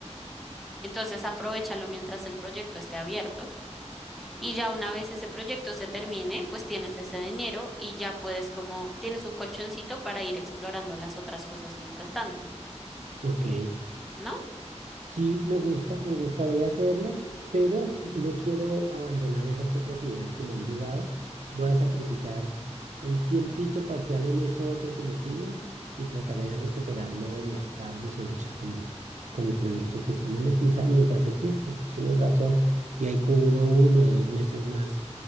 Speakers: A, in the centre; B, on the right.
A: Entonces, aprovéchalo mientras el proyecto esté abierto y ya una vez ese proyecto se termine, pues tienes ese dinero y ya puedes como tienes un colchoncito para ir explorando las otras cosas mientras tanto,
B: Ok.
A: ¿no?
B: Sí, me gusta, me gusta, voy a hacerlo, pero f- no quiero abandonar esas otras ideas que me han llegado. Voy a sacrificar un tiempito parcial en eso otro que me piden y trataré de recuperarlo en las tardes o noches con el, con el proyecto que sí monetiza mientras existe. Tienes razón. Y ahí cubro uno o dos meses más